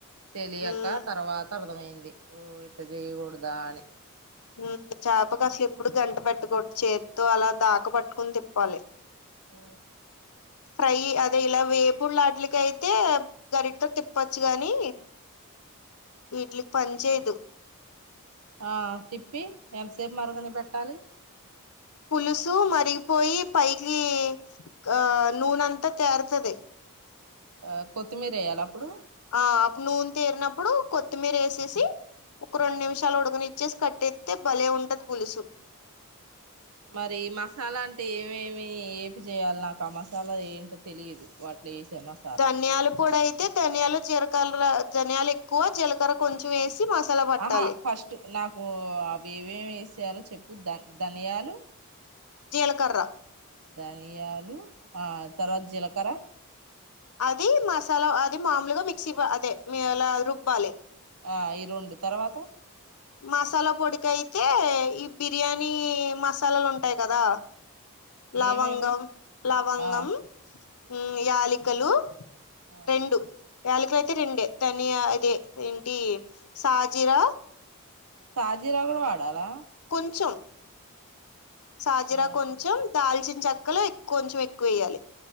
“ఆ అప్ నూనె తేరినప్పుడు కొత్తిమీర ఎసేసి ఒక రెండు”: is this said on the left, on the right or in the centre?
Left